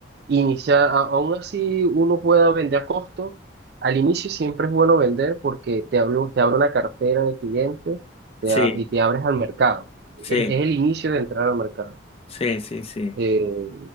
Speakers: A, on the right; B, on the left.
A: iniciar, a- aún así uno pueda vender a costo, al inicio siempre es bueno vender porque te hablo, te abre una cartera de clientes te
B: Sí,
A: a- y te abres al mercado.
B: sí,
A: Es, es el inicio de entrar al mercado.
B: sí, sí, sí.
A: Eh,